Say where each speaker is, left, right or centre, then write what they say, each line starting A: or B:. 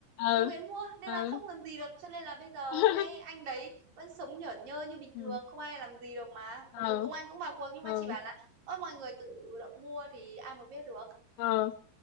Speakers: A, on the left; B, on the right.
A: ừ
B: tự nguyện mua nên
A: ừ
B: là không làm gì được cho nên là bây giờ
A: <laughs>
B: cái anh đấy vẫn sống nhởn nhơ như bình
A: ừ
B: thường không ai làm gì được mà
A: ừ
B: mặc dù công an cũng vào cuộc nhưng
A: ừ
B: mà chỉ bảo là ơ mọi người tự động mua thì ai mà biết được
A: ừ